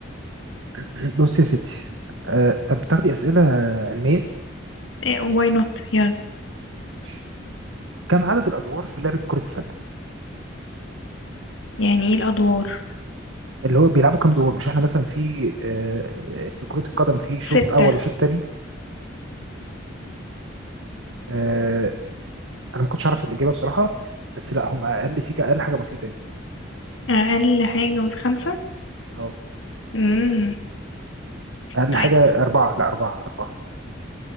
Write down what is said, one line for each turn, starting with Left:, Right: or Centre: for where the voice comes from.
Right: <clears throat> بص يا ستي آه طب بتاخدي أسئلة علمية؟
Left: إيه واي نوت يلا
Right: ماشي. كم عدد الادوار في لعبه كره السله
Left: يعني ايه الأدوار
Right: اللي هو بيلعبوا كام دور مش احنا مثلا في آه، في كره القدم في شوط
Left: ستة
Right: اول وشوط تاني آه، انا ما كنتش اعرف الاجابه بصراحه بس لا هم اقل سيكه اقل حاجه بسيطه يعني
Left: أقل حاجة من خمسة
Right: اه
Left: امم
Right: اقل
Left: طيب
Right: حاجه اربعه لا اربعه اربعه